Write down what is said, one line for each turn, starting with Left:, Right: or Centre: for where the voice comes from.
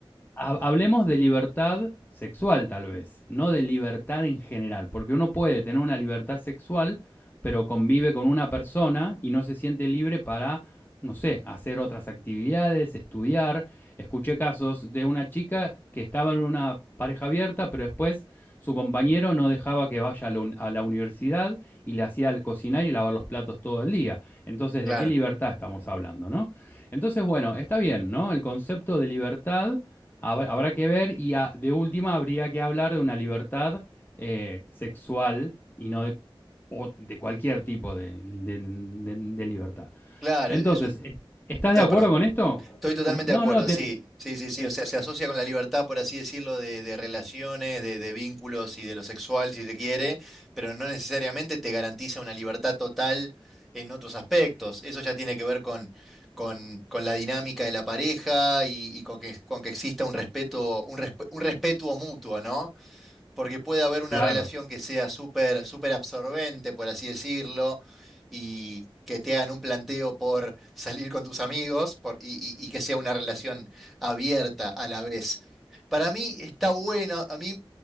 Left: Hablemos de libertad sexual tal vez, no de libertad en general, porque uno puede tener una libertad sexual, pero convive con una persona y no se siente libre para, no sé, hacer otras actividades, estudiar. Escuché casos de una chica que estaba en una pareja abierta, pero después su compañero no dejaba que vaya a la, a la universidad y le hacía cocinar y lavar los platos todo el día. Entonces,
Centre: claro.
Left: ¿de qué libertad estamos hablando, no? Entonces, bueno, está bien, ¿no? El concepto de libertad Habrá que ver y a- de última habría que hablar de una libertad eh, sexual y no de, o de cualquier tipo de, de- de- de libertad.
Centre: Claro,
Left: Entonces,
Centre: es un...
Left: ¿estás
Centre: No,
Left: de acuerdo
Centre: perdón.
Left: con esto?
Centre: Estoy totalmente
Left: Como- No,
Centre: de acuerdo,
Left: no, te...
Centre: sí, sí, sí, sí.
Left: Eso.
Centre: O sea, se asocia con la libertad, por así decirlo, de, de relaciones, de, de vínculos y de lo sexual, si se quiere, pero no necesariamente te garantiza una libertad total en otros aspectos. Eso ya tiene que ver con, con, con la dinámica de la pareja y, y con que, con que exista un respeto, un, resp- un respeto mutuo, ¿no? porque puede haber una
Left: Claro.
Centre: relación que sea súper súper absorbente, por así decirlo, y que te hagan un planteo por salir con tus amigos por- y, y- y que sea una relación abierta a la vez. Para mí está bueno, a mí,